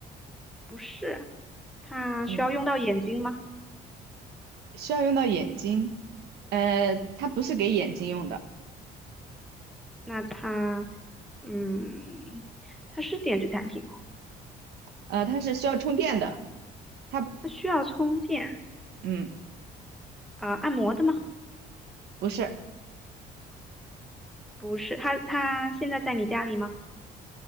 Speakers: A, in the centre; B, on the right.
A: 不是，它需要用到眼睛吗？
B: 嗯，需要用到眼睛，呃，它不是给眼睛用的，
A: 那它嗯，它是电子产品哦，
B: 呃，它是需要充电的，它，
A: 它需要充电
B: 嗯，
A: 啊，按摩的吗？
B: 不是，
A: 不是，它它现在在你家里吗？